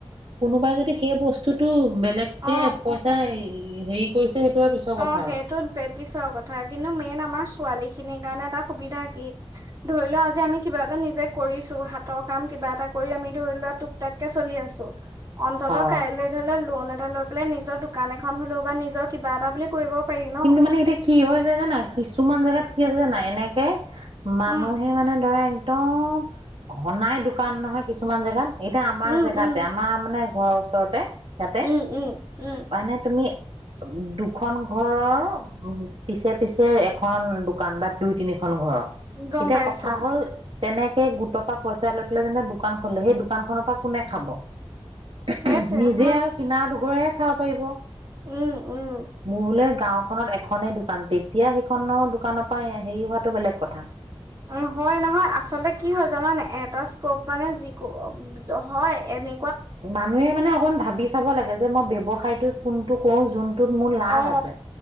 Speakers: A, on the right; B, on the right.
A: কোনোবাই যদি সেই ব বস্তুটো বেলেগকে
B: অ
A: পইচাই উ হেৰি কৰিছে আৰু পিছৰ কথা
B: অ' সেইটো
A: আৰু
B: পে - পিছৰ কথা কিন্তু মেইন আমাৰ ছোৱালী খিনিৰ কাৰণে এটা সুবিধা কি, ধৰি লোৱা আজি আমি কিবা এটা নিজে কৰিছো, হাতৰ কাম কিবা এটা কৰি আমি ধৰি লোৱা তুক তাক কে চলি আছোঁ। অন্ততঃ
A: অ
B: কাইলে ধৰি লোৱা লোণ এটা পেলাই নিজ জৰ দোকান এখন হলেও বা নিজৰ কিবা এটা বুলি কৰিব পাৰি ন
A: কিন্তু মানে এতিয়া কি হয় যায় জানা কিছুমান জাগাত কি জানা এনেকে মানুহে
B: উম
A: মানে ধৰা একদম ঘনাই দোকান নহয় কিছুমান জেগাত এতিয়া আমাৰ
B: উম
A: জেগাতে
B: উম
A: আমাৰ মানে ঘৰৰ ওচৰতে। য়াতে,
B: উম উম উম
A: মানে তুমি দুখন ঘৰৰ উ - পিছে পিছে এখন দোকান বা দুই তিনিখন ঘৰৰ
B: গম
A: এতিয়া
B: পাইছো
A: কথা হ'ল তেনেকে গোটৰ পা পইচা লৈ পেলাই যেনিবা দোকান খুলিলোঁ, সেই দোকান খনৰ পৰা কোনে খাব
B: সেইটোৱে
A: নিজে
B: হয়
A: আৰু কিনা দু <unintelligible> খাব পাৰিব।
B: উম উম।
A: মোৰ বোলে গাঁওখনত এখনেই দোকান তেতিয়া সেইখনৰ দোকানৰ পৰাই এই - হেৰি হোৱাটো বেলেগ কথা
B: উম হয় নহয় আচলতে কি হয় জানা নে নাই, এটা স্কপ মানে যি - কো - অ - জ- হয় এনে
A: মানুহে মানে অকণ ভাবি চাব লাগে যে মই ব্যৱসায়টো কোনটো কৰো যোন টোত মোৰ লাভ
B: অ
A: আছে,